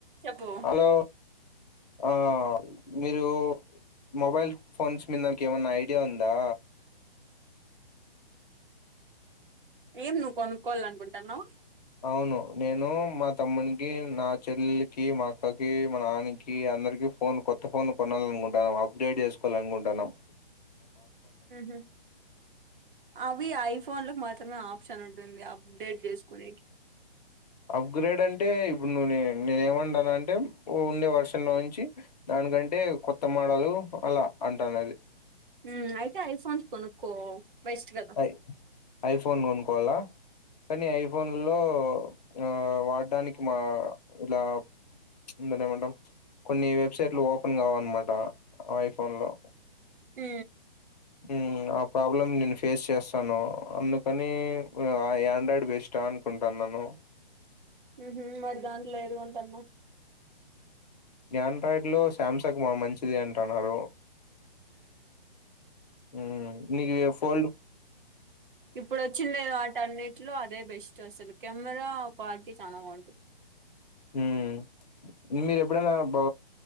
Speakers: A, on the right (about 60°); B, on the left (about 45°).
A: చెప్పు
B: హలో ఆ మీరు మొబైల్ ఫోన్స్ మీదకేమన్నా ఐడియా ఉందా
A: ఏం నువ్వు కొనుక్కోవాలనుకుంటాన్నావ
B: అవును నేను మా తమ్మునికి నా చెల్లెలకి మా అక్కకి మా నాన్నకి అందరికి ఫోన్ కొత్త ఫోన్ కొనాలనుకుంటన్నమ్ అప్గ్రేడ్ చేసుకోవాలనుకుంటన్నమ్
A: మ్ హు అవి ఐఫోన్ లక్ మత్ త్రమే ఆప్షన్ ఉంటుంది అప్డేట్ చేసుకోనికి
B: అప్గ్రేడ్ అంటే ఇప్పుడు నువ్వు నే నేనేమంటాను అంటే ఉండే వర్షన్ లో నుంచి దానికంటే కొత్త మోడలు అలా అంటాను అది
A: మ్ అయితే ఐఫోన్స్ కొనుక్కో బెస్ట్ కద
B: ఐ ఐఫోన్ కొనుక్కోవల కనీ ఐఫోన్లో ఆ వాడ్డనికి మా ఇలా దాన్నేమంటం కొన్ని వెబ్సైట్లు ఓపెన్ కావన్నమాట ఐఫోన్ లో
A: మ్
B: మ్ ఆ ప్రాబ్లమ్ నేను ఫేస్ చేస్తాను అందుకని మ్ అ యా ఆండ్రాయిడ్ బెస్డ అం కుంటా న్నను
A: మ్ హు మరి దాంట్లో ఏది కొంటన్నవ్
B: ఆండ్రాయిడ్ లో శాంసంగ్ మ మంచిది అంటన్నారు మ్ నీక్ ఇగ ఫోన్లు
A: ఇప్పుడడోచ్చింది వాటన్నిట్లో అదే బెస్ట్ అసలు కెమెరా క్వాలిటీ చాలా బాగుంటది
B: మ్ మీర ఎప్పుడైనా బో